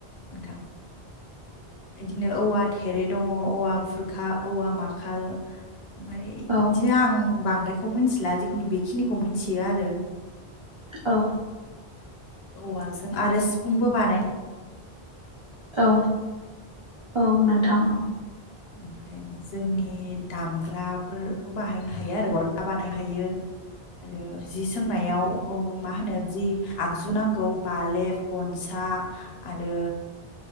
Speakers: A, on the left; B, on the right.
A: नोंथां बिदिनो औवा थेरे दङ, औवा बुरखा, औवा माखाल। ओमफाय
B: औ
A: बिदिनो आं बांद्रायखौ मिथिला जिखुनु बेखिनिखौ मिथियो आरो।
B: औ।
A: औवाजों आरो सिफुंबो बानाय
B: औ औ नोंथां औ।
A: ओमफ्राय जोंनि दामग्राफोरखौ बाहायनो हायो आरो अरखा बानायनो हायो आरो जिस सोंनायाव औ मा होनो जि आगजु नांगौ बालेब गनसा आरो